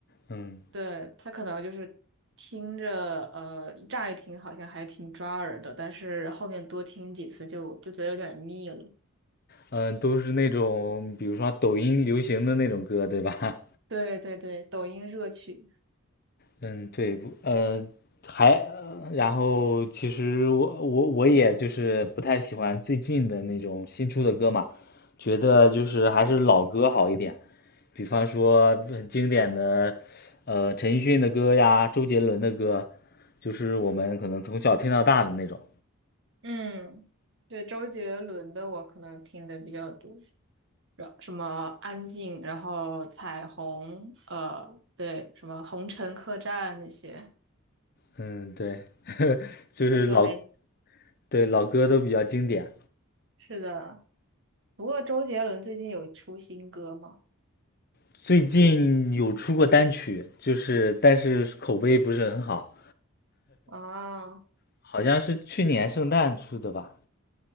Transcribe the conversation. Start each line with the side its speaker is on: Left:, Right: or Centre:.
Left: 嗯
Right: 对，它可能就是听着呃，乍一听好像还挺抓耳的，但是后面多听几次就就觉得有点腻了。
Left: 嗯，都是那种比如说抖音流行的那种歌，对吧？
Right: 对对对，抖音热曲，
Left: 嗯，对，不呃，还，呃然后其实我我我也就是不太喜欢最近的那种新出的歌嘛，觉得就是还是老歌好一点，比方说很经典的，呃，陈奕迅的歌呀，周杰伦的歌，就是我们可能从小听到大的那种。
Right: 嗯，对，周杰伦的我可能听的比较多。然什么安静，然后彩虹，呃，对，什么红尘客栈那些。
Left: 嗯，对，<laughs> 就是老，
Right: 呃对，还
Left: 对，老歌都比较经典。
Right: 是的。不过周杰伦最近有出新歌吗？
Left: 最近有出过单曲，就是但是口碑不是很好。<laughs>
Right: 啊，
Left: 好像是去年圣诞出的吧，